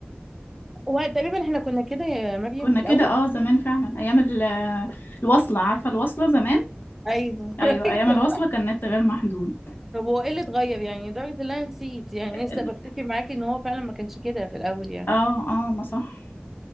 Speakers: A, in the centre; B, on the left.
A: وتقريبا احنا كنا كده يا مريم
B: كنا
A: في
B: كده
A: الاول
B: اه زمان فعلا ايام ال- الوصلة عارفة الوصلة زمان
A: ايوه
B: ايوه
A: <laughs> ايوه
B: ايام الوصلة
A: صح
B: كان النت غير محدود
A: طب هو ايه اللي اتغير يعني لدرجة ان انا نسيت يعني
B: ال-
A: لسه بفتكر معاكي ان هو فعلا ما كانش كده في الاول يعني
B: اه اه ما صح